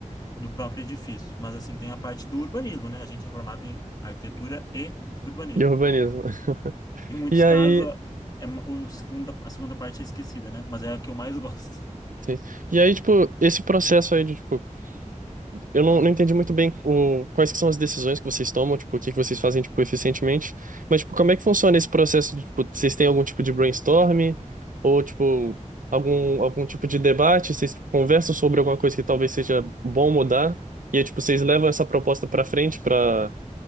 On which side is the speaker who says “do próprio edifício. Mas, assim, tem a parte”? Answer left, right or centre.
Left